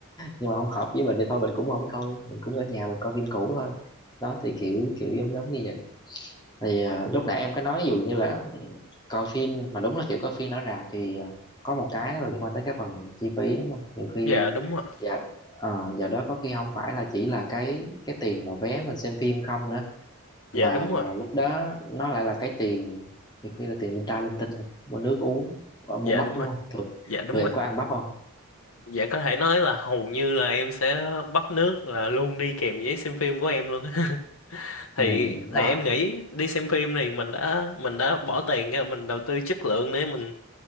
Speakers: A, on the left (about 20°); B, on the left (about 65°).
A: nhưng mà không hợp với mình thì thôi mình cũng không coi mình cũng ở nhà mình coi phim cũ thôi đó thì kiểu kiểu giống giống như vậy thì à, lúc nãy em có nói ví dụ như là coi phim mà đúng là kiểu coi phim ở rạp thì à, có một cái là liên quan tới cái phần chi phí đúng không nhiều khi
B: Dạ đúng rồi.
A: dạ ờ, giờ đó có khi không phải là chỉ là cái cái tiền mà vé mình xem phim không nữa
B: Dạ
A: mà
B: đúng
A: mà
B: rồi.
A: lúc đó nó lại là cái tiền nhiều khi là tiền linh ta linh tinh rồi mua nước uống ờ, mua
B: Dạ
A: bắp
B: đúng
A: luôn
B: rồi.
A: thường
B: Dạ đúng
A: thường em
B: rồi.
A: có ăn bắp không
B: dạ có thể nói là hầu như là em sẽ bắt nước là luôn đi kèm giấy xem phim của em luôn á. <laughs> thì
A: ừ
B: thì
A: đó
B: em nghĩ đi xem phim thì mình đã mình đã bỏ tiền ra mình đầu tư chất lượng để mình